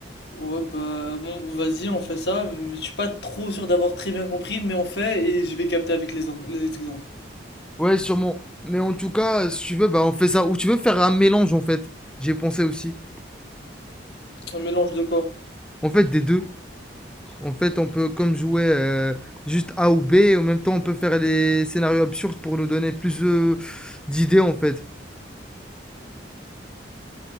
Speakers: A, on the left; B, in the centre.
A: ouais, bah, bon, vas-y, on fait ça. Mais Je suis pas trop sûr d'avoir très bien compris, mais on fait et je vais capter avec les, ang- les exemples.
B: ouais, sûrement. Mais en tout cas, si tu veux, bah, on fait ça. Ou tu veux faire un mélange, en fait. J'ai pensé aussi.
A: Un mélange de quoi?
B: En fait, des deux. En fait, on peut comme jouer euh, juste A ou B. Et en même temps, on peut faire les scénarios absurdes pour nous donner plus euh, d'idées, en fait.